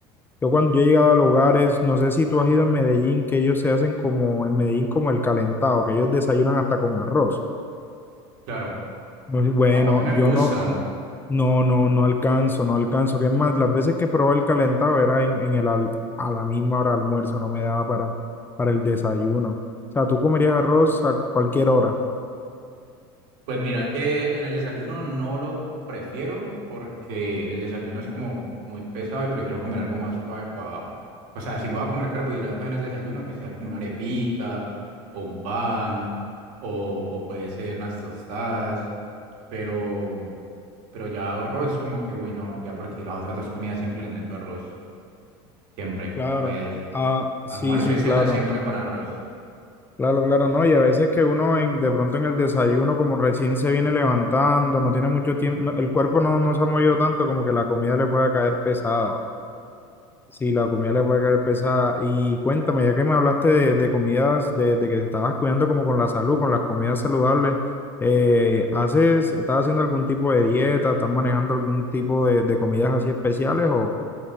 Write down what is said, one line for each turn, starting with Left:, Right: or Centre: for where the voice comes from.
Left: Yo cuando yo he llegado a lugares, no sé si tú has ido en Medellín, que ellos se hacen como en Medellín como el calentado, que ellos desayunan hasta con arroz.
Right: claro,
Left: Muy bueno,
Right: a- para mí me gusta,
Left: yo no, no, no, no alcanzo, no alcanzo. Que es más, las veces que probé el calentado era en, en el al- a la misma hora de almuerzo, no me daba para, para el desayuno. O sea, tú comerías arroz a cualquier hora.
Right: Pues mira que en el desayuno no lo prefiero porque el desayuno es como muy pesado y prefiero comer algo más suave para... O sea, si voy a comer carbohidratos en el desayuno, que sea como una arepita o un pan o, o puede ser unas tostadas, pero, pero ya arroz es como que, uy, no, ya porque las otras dos comidas siempre les meto arroz, siempre.
Left: Claro.
Right: Eh,
Left: Ah, sí,
Right: almuerzo
Left: sí,
Right: y cena
Left: claro.
Right: siempre con arroz.
Left: Claro, claro, no. Y a veces que uno en, de pronto en el desayuno, como recién se viene levantando, no tiene mucho tiempo, no, el cuerpo no, no se ha movido tanto, como que la comida le pueda caer pesada. Sí, la comida le puede caer pesada. Y cuéntame, ya que me hablaste de, de comidas, de, de que te estabas cuidando como con la salud, con las comidas saludables, eh, ¿haces, estás haciendo algún tipo de dieta? ¿Estás manejando algún tipo de, de comidas así especiales o,